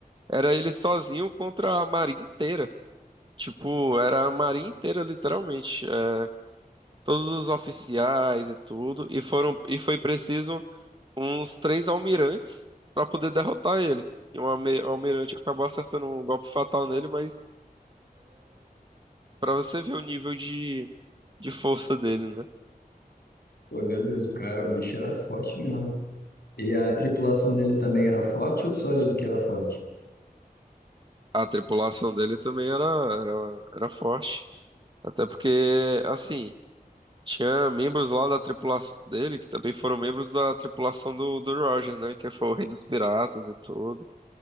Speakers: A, on the right; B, on the left.
A: era ele sozinho contra a marinha inteira. Tipo, era a marinha inteira, literalmente. É, todos os oficiais e tudo. E foram, e foi preciso uns três almirantes para poder derrotar ele. E um alme- almirante acabou acertando um golpe fatal nele, mas Pra você ver o nível de, de força dele, né?
B: Pô, meu Deus, o cara, o bicho era forte mesmo. E a tripulação dele também era forte ou só ele que era forte?
A: A tripulação dele também era, era, era forte. Até porque, assim, tinha membros lá da tripulação dele que também foram membros da tripulação do, do Roger, né? Que foi o rei dos piratas e tudo.